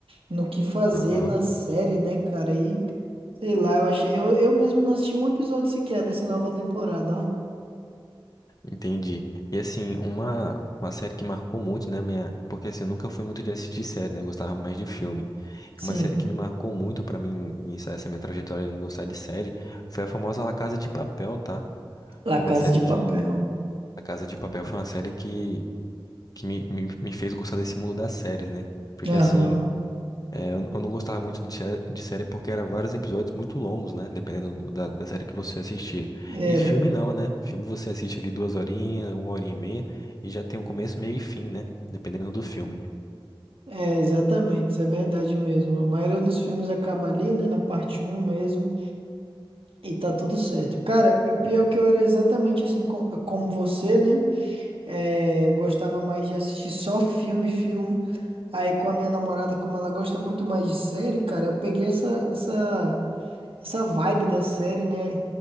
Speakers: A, on the right; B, on the left.
A: no que fazer
B: Aham,
A: na série, né, cara? E sei lá, eu achei. Eu, eu mesmo não assisti um episódio sequer dessa nova temporada, ó.
B: entendi. E assim, uma, uma série que marcou muito, né, minha. Porque assim, eu nunca fui muito de assistir série, né? Eu gostava mais de filme.
A: Sim,
B: Uma série que me marcou muito pra mim iniciar essa minha trajetória em gostar de série foi a famosa La Casa de Papel, tá?
A: La
B: Foi
A: Casa
B: uma série
A: de
B: que.
A: Papel.
B: A Casa de Papel foi uma série que, que me, me, me fez gostar desse mundo das séries, né? Porque
A: Aham,
B: assim, é, eu, eu não gostava muito de, sé- de série porque era vários episódios muito longos, né? Dependendo da, da série que você assistia.
A: era.
B: E filme não, né? Filme você assiste ali duas horinhas, uma hora e meia, e já tem o começo, meio e fim, né? Dependendo do filme.
A: É, exatamente, isso é verdade mesmo. A maioria dos filmes acaba ali, né, na parte um mesmo, e tá tudo certo. Cara, o pior é que eu era exatamente assim co- como você, né? É, eu gostava mais de assistir só filme, filme. Aí com a minha namorada, como ela gosta muito mais de série, cara, eu peguei essa, essa essa vibe da série, né?